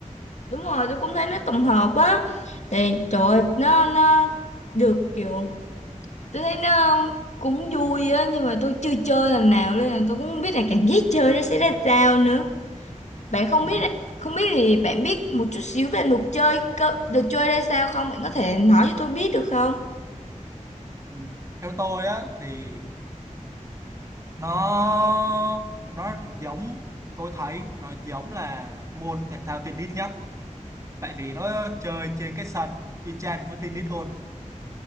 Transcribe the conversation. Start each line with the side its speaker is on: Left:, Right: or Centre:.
Left: đúng rồi tôi cũng thấy nó tổng hợp á thì trời ơi, nó nó được kiểu tôi thấy nó cũng vui á nhưng mà tôi chưa chơi lần nào nên là tôi cũng không biết là cảm giác chơi nó sẽ ra sao nữa bạn không
Right: Ừ.
Left: biết là không biết thì bạn biết một chút xíu về luật chơi cơ được chơi ra sao không bạn có thể nói cho tôi biết được không
Right: Ừ. theo tôi á thì nó nó giống tôi thấy nó giống là môn thể thao tennis nhất tại vì nó chơi trên cái sân y chang với tennis luôn